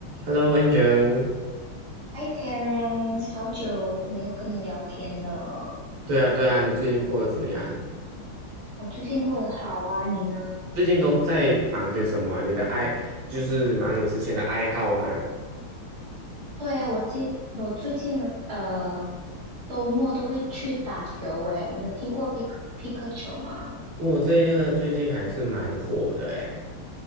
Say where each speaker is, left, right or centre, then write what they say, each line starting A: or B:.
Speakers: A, on the right; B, on the right.
A: Hello，Angel。
B: 嗨，Terence，好久没有跟你聊天了。
A: 对啊，对啊，你最近过得怎么样？
B: 我最近过得好啊，你呢？
A: 最近都在忙些什么啊？你的爱就是忙你之前的爱好吗？
B: 对啊，我最我最近呃周末都会去打球诶，你有听过匹克匹克球吗？
A: 我、这个最近还是蛮火的诶，